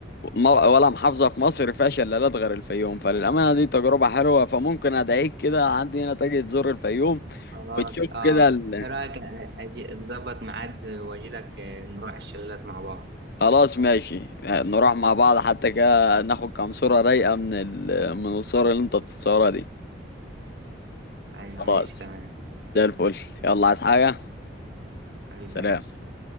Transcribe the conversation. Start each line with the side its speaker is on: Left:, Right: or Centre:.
Left: م- ولا محافظه في مصر فيها شلالات غير الفيوم فللامانه دي تجربه حلوه فممكن ادعيك كده عندي هنا تجي تزور الفيوم
Right: خلاص
Left: وتشوف
Right: اه
Left: كده ال...
Right: ايه رايك أ- اجي نظبط ميعاد واجي لك آه، نروح الشلالات مع بعض
Left: خلاص ماشي نروح مع بعض حتى كده ناخد كام صوره رايقه من ال... من الصور اللي انت بتصورها دي
Right: ايوه
Left: خلاص
Right: ماشي تمام
Left: زي الفل يلا
Right: ماشي
Left: عايز حاجه
Right: حبيب
Left: سلام
Right: قلبي سلام